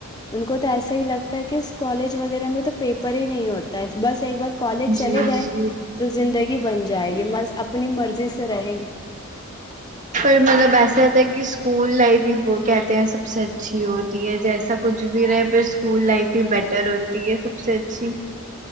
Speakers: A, on the left (about 20°); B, on the right (about 35°).
A: ان کو تو ایسا ہی لگتا ہے کہ کالج وغیرہ میں تو پیپر ہی نہیں ہوتا ہے بس ایک بار کالج
B: جی
A: چلے گئے
B: جی
A: تو زندگی بن جائے گی مض اپنی مرضی سے رہیں گی
B: پر مطلب ایسا ہوتا ہے کہ اسکول لائف ہی وہ کہتے ہیں سب سے اچھی ہوتی ہے جیسا کچھ بھی رہے پر اسکول لائف ہی بیٹر ہوتی ہے سب سے اچھی